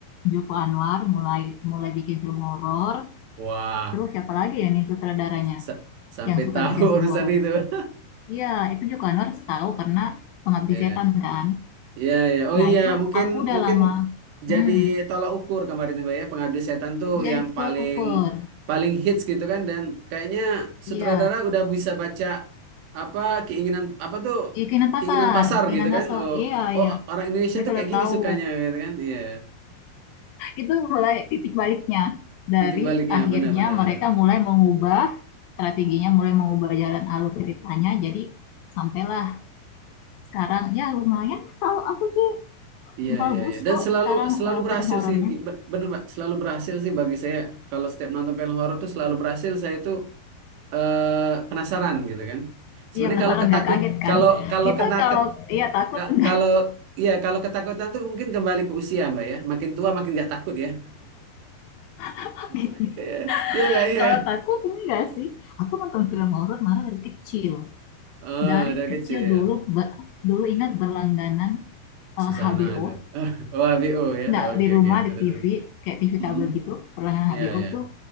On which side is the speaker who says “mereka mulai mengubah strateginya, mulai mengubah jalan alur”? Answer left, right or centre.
Left